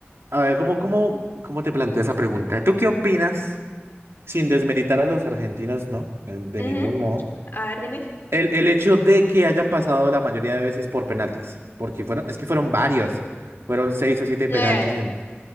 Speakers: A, on the right (about 80°); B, on the left (about 55°).
A: A ver, ¿cómo, cómo, cómo te planteo esa pregunta? ¿Tú qué opinas, sin desmeritar a los argentinos, no, eh, de
B: Ujú.
A: ningún modo,
B: A ver, dime.
A: el, el hecho de que hayan pasado la mayoría de veces por penaltis? Porque fueron, es que fueron varios, fueron seis o siete
B: Eh,
A: penaltis en,